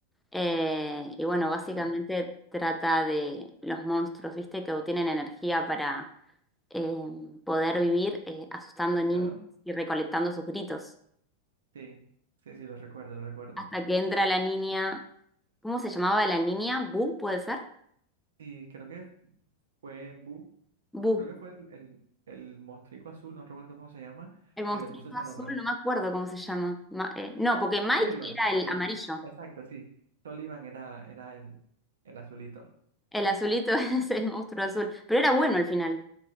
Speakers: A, in the centre; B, on the right.
A: eh, y bueno, básicamente
B: Ajá,
A: trata de los monstruos, ¿viste? Que obtienen energía para eh, poder vivir eh, asustando niños
B: claro.
A: y recolectando sus gritos.
B: Sí, sí, sí, lo recuerdo, lo recuerdo.
A: hasta que entra la niña, ¿cómo se llamaba la niña? ¿Bu, puede ser?
B: Sí, creo que fue Bu,
A: Bu,
B: creo que fue el, el, el mostrico azul, no recuerdo cómo se llama,
A: el monstruito
B: que le puso ese
A: azul,
B: nombre.
A: no me acuerdo cómo se llama. Ma- eh, no, porque Mike
B: Sullivan,
A: era
B: Sullivan.
A: el amarillo,
B: Exacto, sí. Sullivan era, era el, el azulito.
A: el azulito <laughs> es el monstruo azul, pero era bueno al final.